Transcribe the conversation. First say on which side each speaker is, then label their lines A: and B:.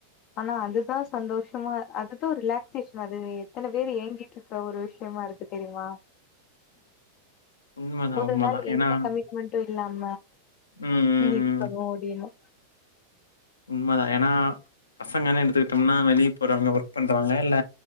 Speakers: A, on the left (about 40°); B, on the left (about 75°).
A: ஆனா அதுதா சந்தோஷமா அதுதா ரிலாக்சேஷன் அது எத்தன பேரு ஏங்கிட்ருக்கற ஒரு விஷ்யமா இருக்கு தெரியுமா
B: உண்மதான்
A: ஒரு
B: உண்மதான்
A: நாள் எந்த
B: ஏன்னா
A: கமிட்மெண்டு இல்லாம
B: ம் ம்
A: இது பண்ணுவோ அப்டினு
B: உண்மதா ஏனா பசங்கன்னு எடுத்துக்கிட்டம்னா வெளிய போறாங்க ஒர்க் பண்றாங்க இல்ல